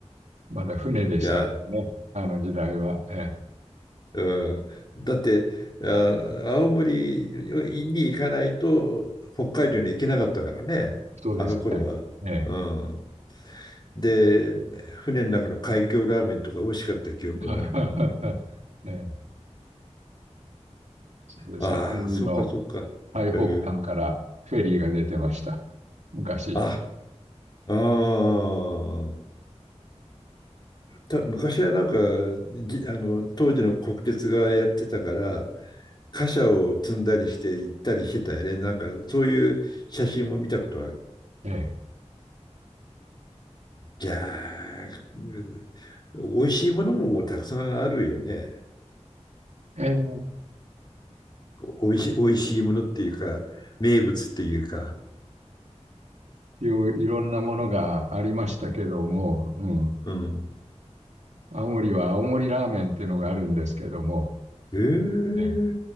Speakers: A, on the right (about 80°); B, on the left (about 40°).
A: まだ船でしたからね、
B: いや、
A: あの時代は。ええ、
B: うん。だって、あ、青森に行かないと、北海道に行けなかったからね、
A: そうですね。
B: あの頃は。
A: ええ。
B: うん。で、船の中の海峡ラーメンとか美味しかった記憶がある。
A: <laughs> ええ、そうです。
B: ああ、
A: 青森の
B: そうかそうか。
A: 最北端からフェリーが出てました。
B: うん。
A: 昔。
B: あ、ああ。た昔はなんかじあの当時の国鉄がやってたから貨車を積んだりして行ったりしてたよねなんかそういう写真も見たことはある
A: ええ。
B: じゃあうん美味しいものもたくさんあるよね
A: ええ、
B: おいしい、美味しいものっていうか名物っていうか
A: いろいろんなものがありましたけども、うん。
B: うん
A: 青森は青森ラーメンっていうのがあるんですけども、
B: ええ
A: ええ、